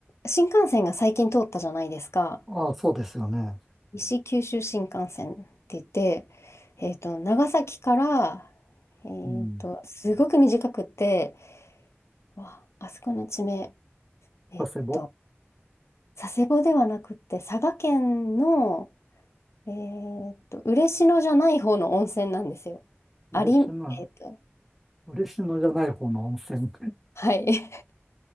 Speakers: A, on the left; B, in the centre.
A: 新幹線が最近通ったじゃないですか。
B: ああ、そうですよね。
A: 西九州新幹線って言って、えっと、長崎から、えっと、
B: うん。
A: すごく短くて、わあそこの地名、えっと、
B: 佐世保、
A: 佐世保ではなくて、佐賀県の、えっと、嬉野じゃない方の温泉なんですよ。
B: 嬉野、
A: あり、えっと、
B: 嬉野じゃない方の温泉。
A: はい、